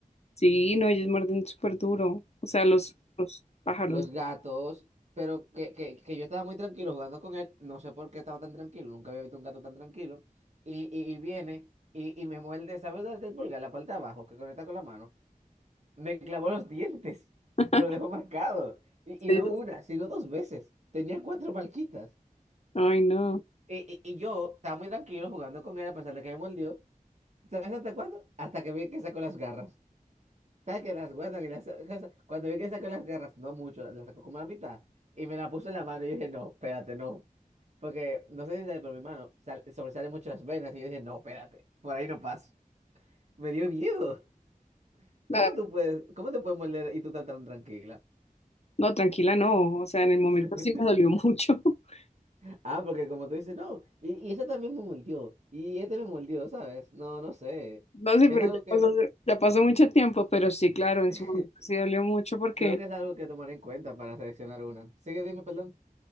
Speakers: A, on the left; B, on the right.
A: Sí, no, ellos muerden súper duro, o sea, los, los pájaros.
B: los gatos, pero que, que, que yo estaba muy tranquilo jugando con él, no sé por qué estaba tan tranquilo, nunca había visto un gato tan tranquilo, y, y, y viene y, y me muerde, ¿sabes dónde está el pulgar? La parte de abajo, que conecta con la mano, me clavó los dientes, <laughs>
A: <laughs>
B: me lo dejó marcado, y,
A: ellos-
B: y no una, sino dos veces, tenía cuatro marquitas,
A: Ay, no.
B: y, y, y yo estaba muy tranquilo jugando con él a pesar de que me mordió, ¿sabes hasta cuándo? Hasta que vi que sacó las garras. ¿Sabes que las guardan y las saca- Cuando vi que sacó las garras, no mucho, las sacó como la mitad. Y me la puso en la mano y yo dije, no, espérate, no. Porque no sé si sabes, pero mi mano sal- sobresale mucho las venas. Y yo dije, no, espérate, por ahí no paso. Me dio miedo. ¿Cómo
A: Ah,
B: tú puedes, cómo te puedes morder y tú estás tan tranquila?
A: No, tranquila, no. O sea, en el momento
B: <laughs>
A: sí me dolió mucho. <laughs>
B: Ah, porque como tú dices, no. Y, y ese también me mordió. Y este me mordió, ¿sabes? No, no sé.
A: No sé,
B: Es
A: pero
B: algo
A: ya
B: que
A: pasó, ya pasó mucho tiempo, pero sí, claro, en
B: <laughs>
A: su momento sí dolió mucho porque
B: creo que es algo que tomar en cuenta para seleccionar una. Sigue, dime, perdón.